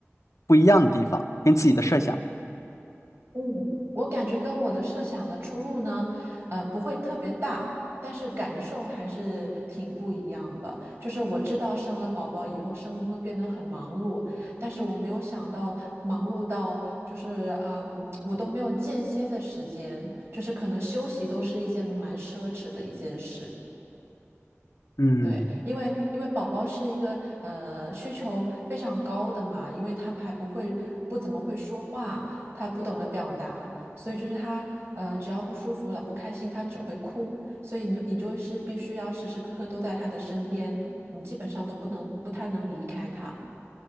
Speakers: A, on the left; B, on the right.
A: 不一样的地方，跟自己的设想？
B: 嗯，我感觉跟我的设想的出入呢，呃，不会特别大，但是感受还是挺不一样的。就是我知道生了宝宝以后，生活会变得很忙碌，但是我没有想到忙碌到就是，嗯，我都没有间歇的时间，就是可能休息都是一件蛮奢侈的一件事。
A: 嗯。
B: 对，因为因为宝宝是一个呃需求非常高的嘛，因为他还不会不怎么会说话，他不懂得表达，所以就是他呃只要不舒服了不开心，他只会哭，所以你就你就是必须要时时刻刻都在他的身边，嗯，基本上都不能不太能离开他。